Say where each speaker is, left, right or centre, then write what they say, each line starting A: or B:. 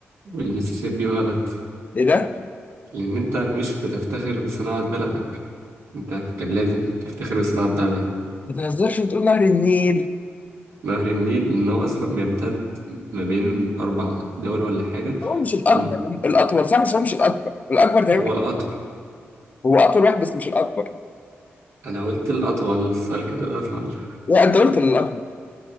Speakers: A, on the right; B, on the left.
A: والمسيسيبي غلط
B: ايه ده؟
A: لان انت مش بتفتخر بصناعة بلدك انت كان لازم تفتخر بصناعة بلدك
B: ما تهزرش وتقول نهر النيل
A: نهر النيل لأن هو أصلا بيمتد ما بين أربع دول ولا حاجة
B: هو مش الأكبر
A: هم-
B: الأطول صح بس هو مش الأكبر الأكبر تقريبا
A: هو الأطول
B: هو أطول واحد بس مش الأكبر
A: أنا قلت الأطول السؤال كده الأطول
B: لا أنت قلت الأكبر